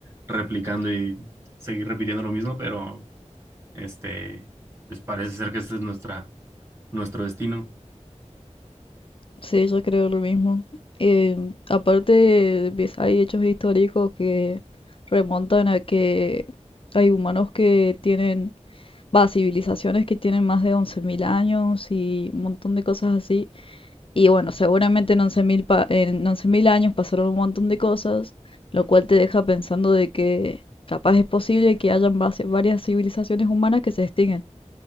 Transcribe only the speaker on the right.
replicando y seguir repitiendo lo mismo, pero, este, pues parece ser que este es nuestra, nuestro destino.